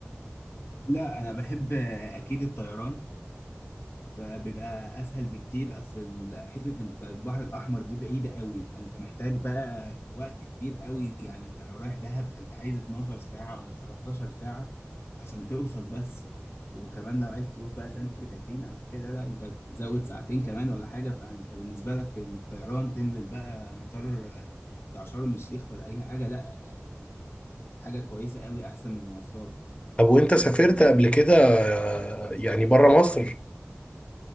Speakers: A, on the left; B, on the left.
A: لا أنا بحب أكيد الطيران فبيبقى اسهل بكتير اصل ال- حته انت البحر الاحمر دي بعيده قوي فانت محتاج بقى وقت كبير قوي يعني انت لو رايح دهب فانت عايز 12 ساعه ولا 13 ساعه عشان توصل بس وكمان لو عايز تروح بقى سانت كاترين او كده لا انت تزود ساعتين كمان ولا حاجه فانت بالنسبه لك الطيران تنزل بقى مطار آه، بتاع شرم الشيخ ولا اي حاجه لا يعني حاجه كويسه قوي احسن من المواصلات
B: طب وانت سافرت قبل كده آه، يعني بره مصر